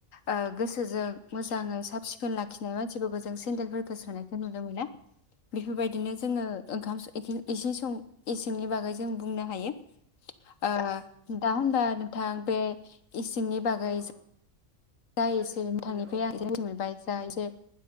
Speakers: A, on the left (about 80°); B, on the right (about 60°).
A: ओ गोसोजों मोजां साब सिखोन लाखिनाय मानसिफोरखौ जों सेन्देलफोरखौ सोनायखौ नुनो मोना। बेफोरबायदिनो जोङो ओंखाम एखिन <unintelligible> सं इसिंनि बागै जों बुंनो हायो। आ दा होमबा थां बे इसिंनि बागै
B: औ
A: जा
B: सावरायनायखौ
A: एसे नोंथांनिफ्राय
B: औ
A: आं
B: औ
A: रायनाय मोनबाय जा
B: औ
A: एसे